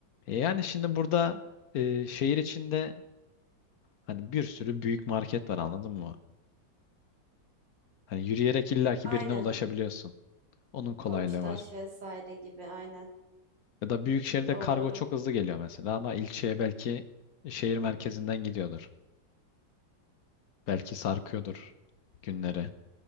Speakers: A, on the left (about 60°); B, on the right (about 70°).
A: e yani şimdi burada e, şehir içinde hani bir sürü büyük market var anladın mı? Hani yürüyerek illaki
B: Aynen.
A: birine ulaşabiliyorsun. Onun kolaylığı
B: Koçtaş
A: var.
B: vesaire gibi aynen.
A: Ya da büyük şehirde
B: Doğru.
A: kargo çok hızlı geliyor mesela ama ilçeye belki şehir merkezinden gidiyordur. Belki sarkıyordur günleri.